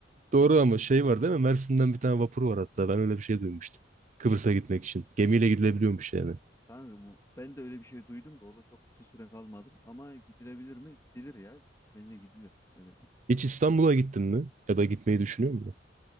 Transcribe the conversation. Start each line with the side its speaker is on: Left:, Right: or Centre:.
Right: doğru ama şey var değil mi? Mersin'den bir tane vapur var hatta. Ben öyle bir şey duymuştum. Kıbrıs'a gitmek için. Gemiyle gidilebiliyormuş yani.
Left: Kanka bu- ben de öyle bir şey duydum da orada çok kısa süre kalmadım ama gidilebilir mi? Gidilir ya. Bence gidilir. Evet.
Right: Hiç İstanbul'a gittin mi? Ya da gitmeyi düşünüyor musun?